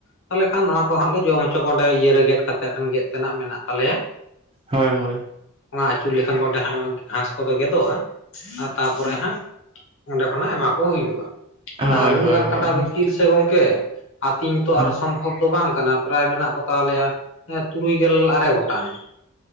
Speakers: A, on the left; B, on the right.
A: ᱛᱟᱦᱚᱞᱮ ᱠᱷᱟᱱ ᱚᱱᱟ ᱠᱚ ᱦᱟᱸᱜ ᱞᱮ ᱡᱚᱢ ᱦᱚᱪᱚ ᱠᱚᱣᱟ ᱚᱸᱰᱮ ᱤᱭᱟᱹᱨᱮ ᱜᱮᱫ ᱠᱟᱛᱮ ᱠᱷᱟᱱ ᱜᱮᱫ ᱛᱮᱱᱟᱜ ᱢᱮᱱᱟᱜ ᱛᱟᱞᱮᱭᱟ ᱾
B: ᱦᱳᱭ ᱦᱳᱭ᱾
A: ᱚᱱᱟ ᱟᱹᱪᱩᱨ ᱞᱮᱠᱷᱟᱱ ᱚᱸᱰᱮ ᱜᱷᱟᱥ ᱠᱚᱫᱚ ᱜᱮᱫᱚᱜᱼᱟ <unintelligible> ᱟᱨ ᱛᱟᱨᱯᱚᱨᱮ ᱦᱟᱸᱜ ᱚᱸᱰᱮ ᱠᱷᱚᱱᱟᱜ ᱮᱢᱟ ᱠᱚ ᱦᱩᱭᱩᱜᱼᱟ, ᱦᱮᱸ
B: ᱦᱳᱭ
A: ᱟᱨ ᱩᱱᱟᱹᱜ
B: ᱦᱳᱭ
A: ᱜᱟᱱ ᱠᱟᱰᱟ
B: ᱦᱳᱭ
A: ᱵᱤᱛᱠᱤᱞ ᱜᱚᱢᱠᱮ ᱟᱛᱤᱧ ᱛᱚ
B: ᱦᱳᱭ
A: ᱟᱨ ᱥᱚᱢᱵᱷᱚᱵ, ᱫᱚ ᱵᱟᱝ ᱠᱟᱱᱟ ᱯᱨᱟᱭ ᱢᱮᱱᱟᱜ ᱠᱚ ᱛᱟᱞᱮᱭᱟ ᱛᱩᱨᱩᱭ ᱜᱮᱞ ᱟᱨᱮ ᱜᱚᱴᱟᱝ ᱾